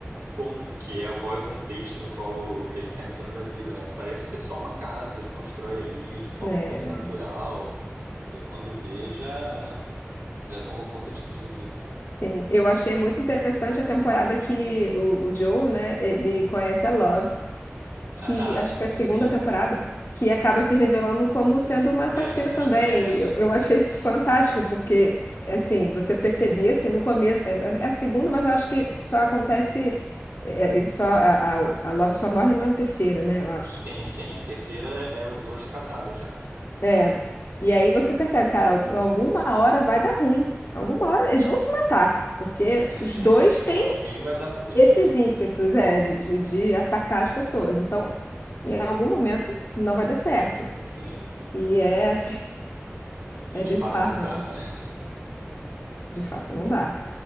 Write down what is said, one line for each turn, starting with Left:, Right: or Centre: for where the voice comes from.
Right: como que é, qual é o contexto no qual ele tá entrando na vida, né? Parece ser só um acaso, ele constrói ali de forma
Left: né?
Right: muito natural e quando vê já já tomou conta de tudo. <laughs>
Left: Sim, eu achei muito interessante a temporada que o, o Joe, né, ele conhece a Love, que
Right: Ah,
Left: acho que foi a segunda
Right: sim.
Left: temporada, que acaba se revelando como sendo
Right: Daí-
Left: uma assassina
Right: É, acho
Left: também.
Right: que foi, é a segunda.
Left: Eu, eu achei isso fantástico, porque, assim, você percebia, assim, no começo, é, é a segunda, mas eu acho que só acontece, é, ele só, a, a, a Love só morre na terceira, né, eu acho.
Right: Sim, sim, a terceira é os dois casados já.
Left: É, e aí você percebe, cara, al- alguma hora vai dar ruim, alguma hora eles vão se matar, porque
Right: <laughs>
Left: os dois têm
Right: Alguém vai dar problema
Left: esses
Right: aí.
Left: ímpetos, é, de, de, de atacar as pessoas. Então, em algum momento, não vai dar certo.
Right: Sim.
Left: E é assim, <laughs>
Right: E
Left: é
Right: de
Left: bizarro,
Right: fato não dá.
Left: né?
Right: <laughs>
Left: De fato, não dá.